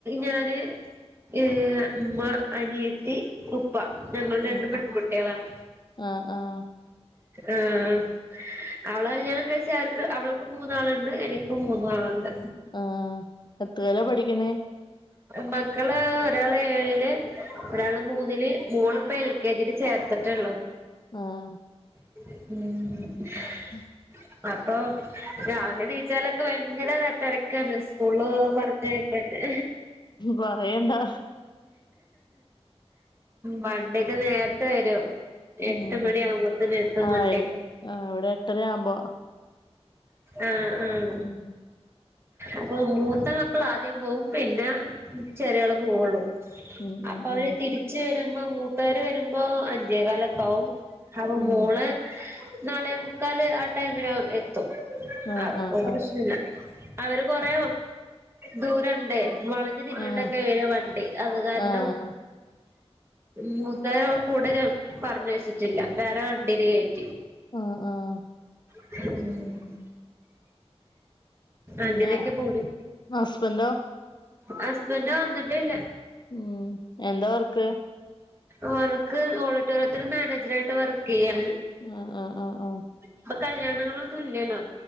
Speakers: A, on the right (about 20°); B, on the left (about 40°).
A: ഞാന് ഏഹ് ഉമ്മ അനിയത്തി ഉ ഉപ്പ ഞങ്ങള് രണ്ട്
B: ഉം
A: പെൺകുട്ടിയളാണ്
B: ഉം ആഹ് ആഹ്
A: ആഹ് അവള കല്യാണം കഴിച്ച അവർ ക്ക് അവൾക്ക് മൂന്നാളുണ്ട് എനിക്കും മൂന്നാളുണ്ട്
B: ആഹ് എത്രേലാ പഠിക്കുന്നേ
A: മക്കള് ഒരാള് ഏഴില് ഒരാള് മൂന്നില് മോള്പ്പ എൽ കെ ജീല് ചേർത്തിട്ടെള്ളോ
B: ആഹ്
A: ഉം
B: ഉം
A: അപ്പൊ രാവിലെ നീച്ചാലൊക്കെ ഭയങ്കര തെരക്കാണ് ഓള് പർദേക്കെട്ട്
B: പറയണ്ടാ
A: വണ്ടിയൊക്കെ നേരത്തെ വരും എട്ട്
B: ഉം
A: മണി ആകുമ്പോത്ത്നെത്തും
B: ആഹ്
A: കൊണ്ടേക്കും
B: ആഹ് ഇവിടെ എട്ടര ആവുമ്പോ
A: ആഹ് ആഹ്
B: ഉം
A: അപ്പൊ മൂത്ത മക്കള അദ്യം പോകും പിന്നെ ചെറിയോള് പോവുള്ളൂ
B: ഉം
A: അപ്പൊ
B: ഉം
A: അവര്
B: ഉം
A: തിരിച്ച് വരുമ്പോ മൂപ്പേര് വരുമ്പോ അഞ്ചേ കാലൊക്കാവും അപ്പൊ
B: ഉം
A: മോള് നാലേ മുക്കാല് ആ ടൈമ്ന് എത്തും
B: ആഹ്
A: അപ്പൊ
B: ആഹ്
A: പ്രശ്നല്ല അവര് കൊറേ ദൂരണ്ട് വളഞ്ഞ് തിര്ഞ്ഞിട്ട
B: ആഹ്
A: ക്കെ വെര വണ്ടി അത് കാരണം
B: ആഹ്
A: മൂത്തേനെ കൂടെ പറഞ്ഞയച്ചിട്ടില്ല വേറെ വണ്ടിയില് കേ
B: ആഹ് ആഹ്
A: ഉം
B: പിന്നെ
A: അങ്ങനെയൊക്കെ പോണ്
B: ഹസ്ബൻഡോ
A: ഹസ്ബൻഡ് വന്നിട്ടില്ല
B: ഉം എന്താ വർക്ക്
A: അവർക്ക് ഓഡിറ്റോറിയത്തിൽ മാനേജർ ആയിട്ട് വർക്ക് ചെയ്യാണ്
B: ആഹ് ആഹ് ആഹ് ആഹ്
A: ഇപ്പൊ കല്ല്യാണങ്ങളൊന്നും ഇല്ലല്ലോ